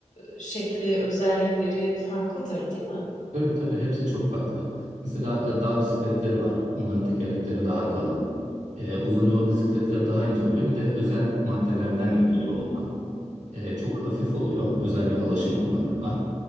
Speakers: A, on the left; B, on the right.
A: şekli özellikleri farklıdır, değil mi?
B: Tabii tabii hepsi çok farklı. Mesela e, dağ bisikletleri var. Onların tekerlekleri daha kalın. E, uzun yol bisikletleri daha ince oluyor. Bir de özel maddelerden yapılıyor onlar. E, çok hafif oluyor. Özel bir alaşım kullanıyorlar.